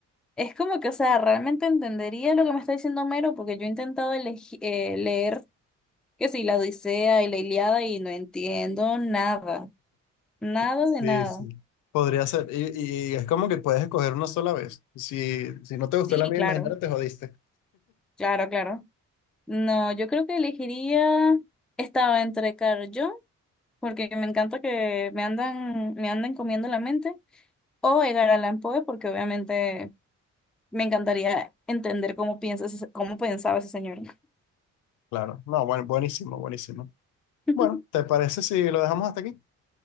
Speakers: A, in the centre; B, on the left (about 80°).
A: Es como que, o sea, realmente entendería lo que me está diciendo Homero, porque yo he intentado elegi- eh, leer, que sí, la Odisea y la Ilíada y no entiendo nada, nada
B: Sí,
A: de nada.
B: sí. Podría ser, y, y es como que puedes escoger una sola vez. Si, si no te gustó
A: Sí,
B: el amigo
A: claro,
B: imaginario, te jodiste.
A: claro, claro. No, yo creo que elegiría, estaba entre Carl Jung, porque me encanta que me andan, me andan comiendo la mente. O Edgar Allan Poe, porque obviamente Me encantaría entender cómo piensas, ese- cómo pensaba ese señor.
B: Claro, no, bueno, buenísimo, buenísimo.
A: <laughs>
B: Bueno, ¿te parece si lo dejamos hasta aquí?